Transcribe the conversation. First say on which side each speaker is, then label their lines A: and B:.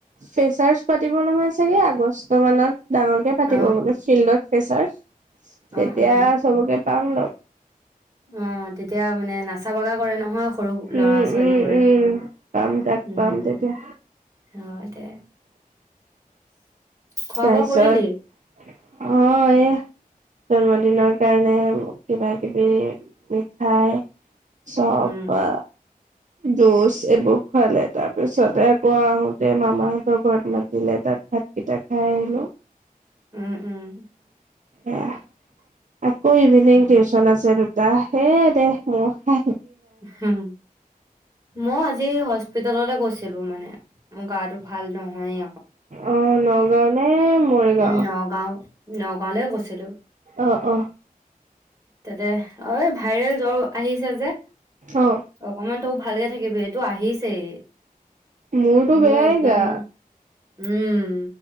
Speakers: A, on the right (about 55°); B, on the right (about 20°).
A: ফেচাৰ পাতিব নহয় চাগে আগষ্ট মানত। ডাঙৰ কে পাতিববোলে
B: অ
A: ফিল্ডত প্ৰেচাৰ তেতিয়া
B: অ অ
A: চবকে পাম ন
B: অ তেতিয়া মানে নাচ টা বগা কৰে নহয়। সৰু ল'ৰা
A: উম
B: ছোৱালীবোৰে
A: উম উম পাম তাক
B: উম
A: পাম তেতিয়া
B: হয় দে খোৱা
A: তাৰপিছত
B: বোৱা কৰিলি
A: অহ এ জন্মদিনৰ কাৰণে কিবা কিবি মিঠাই চপা
B: উম
A: জুচ এইবোৰ খুৱালে তাৰ পিছতে আকৌ আহোতে মামাহতৰ ঘৰত মাতিলে তাত ভাত কেইটা খাই আহিলো
B: উম উম
A: আহ আকৌ ইভিনিং
B: হয়
A: টিউচন আছিল। য হে দে মোৰ খাই
B: হম মই আজি আজি হস্পিতাললে গৈছিলো মানে মোৰ গা টো ভাল নহয়ে।
A: অ নগাঁও নে মৰিগাঁও
B: উম নগাও নগাঁওলে গৈছিলো।
A: অ অ
B: তাতে অ ভাইৰেল জ্বৰ আহিছে যে
A: অ
B: অকমান তই ভালকে থাকিবি এইটো আহিছেই
A: মোৰতো বেয়াই
B: মোৰ একদম
A: গা
B: উম